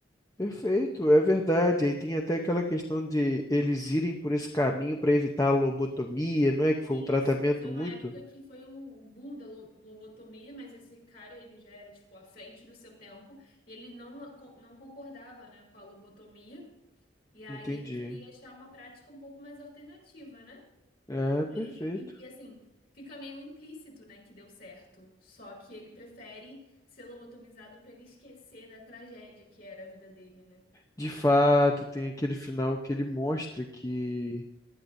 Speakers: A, on the left; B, on the left.
A: Perfeito, é verdade. Aí tem até aquela questão de eles irem por esse caminho para evitar a lobotomia, não é? Que foi
B: Isso,
A: um tratamento
B: foi
A: muito.
B: uma época que foi o, o boom da lo- lobotomia, mas esse cara, ele já era, tipo, à frente do seu tempo, e ele não, a- não concordava, né, com a lobotomia, e aí
A: Entendi.
B: ele queria achar uma prática um pouco mais alternativa, né?
A: É, perfeito.
B: E, e, e, assim, fica meio implícito, né, que deu certo, só que ele prefere ser lobotomizado pra ele esquecer da tragédia que era a vida dele, né?
A: De fato, tem aquele final que ele mostra que